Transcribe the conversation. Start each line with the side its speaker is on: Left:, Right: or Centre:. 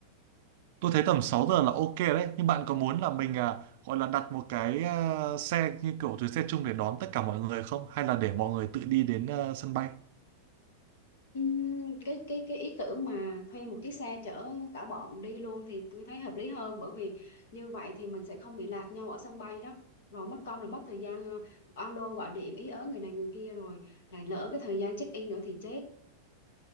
Right: tôi thấy tầm 6 giờ là ok đấy nhưng bạn có muốn là mình à, gọi là đặt một cái à, xe như kiểu chuyến xe chung để đón tất cả mọi người không hay là để mọi người tự đi đến à, sân bay
Left: Ừm, cái cái cái ý tưởng mà thuê một chiếc xe chở cả bọn đi luôn thì tôi thấy hợp lý hơn bởi vì như vậy thì mình sẽ không bị lạc nhau ở sân bay đó rồi mất công là mất thời gian ờ, alo gọi điện ý ớ người này người kia rồi lại lỡ cái thời gian check in nữa thì chết